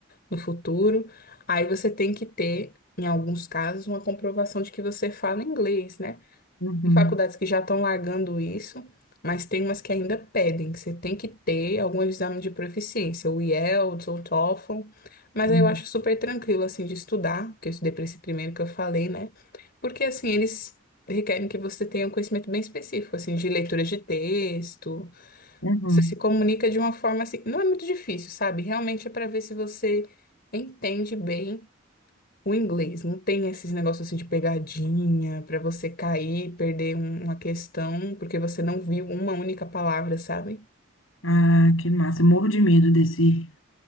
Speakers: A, on the left; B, on the left.
A: no futuro, aí você tem que ter em alguns casos, uma comprovação de que você fala inglês, né?
B: uhum,
A: Tem faculdades que já estão largando isso, mas tem umas que ainda pedem, que você tem que ter algum exame de proficiência, o IELTS ou o TOEFL, mas
B: uhum,
A: aí eu acho super tranquilo, assim, de estudar, que eu estudei para esse primeiro que eu falei, né? Porque, assim, eles requerem que você tenha um conhecimento bem específico, assim, de leitura de texto,
B: uhum.
A: você se comunica de uma forma, assim, não é muito difícil, sabe? Realmente é para ver se você entende bem o inglês. Não tem esses negócios assim de pegadinha pra você cair, perder um- uma questão porque você não viu uma única palavra, sabe?
B: Ah, que massa. Eu morro de medo desse,